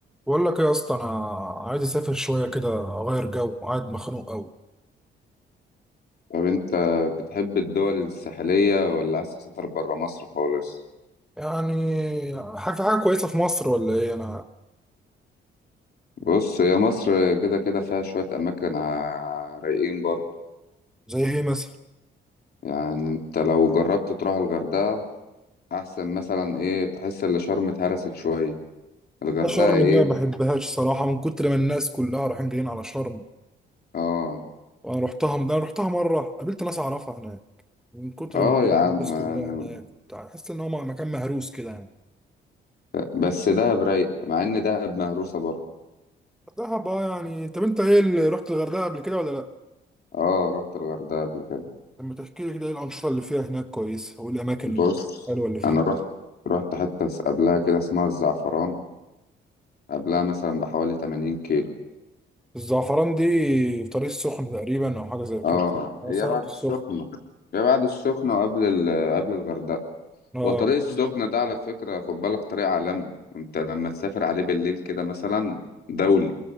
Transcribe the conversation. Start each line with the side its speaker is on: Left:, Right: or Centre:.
Centre: بقول لك ايه يا اسطى انا عايز اسافر شويه كده اغير جو وقاعد مخنوق قوي
Left: طب انت بتحب الدول الساحلية ولا عايز تسافر برا مصر خالص
Centre: يعني حاجه في حاجه كويسه في مصر ولا ايه انا
Left: بص هي مصر كده كده فيها شوية أماكن ع- رايقين برضه
Centre: زي ايه مثلا
Left: يعني انت لو جربت تروح الغردقة أحسن مثلا ايه تحس إن شرم اتهرست شوية الغردقة
Centre: لا شرم
Left: ايه
Centre: دي ما بحبهاش صراحه من كتر ما الناس كلها رايحين جايين على شرم
Left: اه
Centre: وانا رحتها ده انا رحتها مره قابلت ناس اعرفها هناك من كتر
Left: اه
Centre: ما في
Left: يا
Centre: الناس
Left: عم يعني
Centre: كلها هناك وبتاع حاسس ان هو مكان مهروس كده يعني
Left: بس دهب رايقة مع إن دهب مهروسة برضه
Centre: دهب اه يعني طب انت ايه اللي رحت الغردقه قبل كده ولا لا
Left: اه رحت الغردقة قبل كده
Centre: لما تحكي لي كده ايه الانشطه اللي فيها هناك كويسه والاماكن
Left: بص
Centre: الحلوه اللي فيها
Left: أنا رحت رحت حتة قبلها كده اسمها الزعفران قبلها مثلا بحوالي 80 كيلو
Centre: الزعفران دي في طريق السخن تقريبا او حاجه زي كده
Left: اه اه.
Centre: انا
Left: هي
Centre: صرفت
Left: بعد
Centre: السخن
Left: السخنة هي بعد السخنة وقبل ال... قبل الغردقة
Centre: اه
Left: وطريق السخنة ده على فكرة خد بالك طريق عالمي وانت لما تسافر عليه بالليل كده مثلا دولي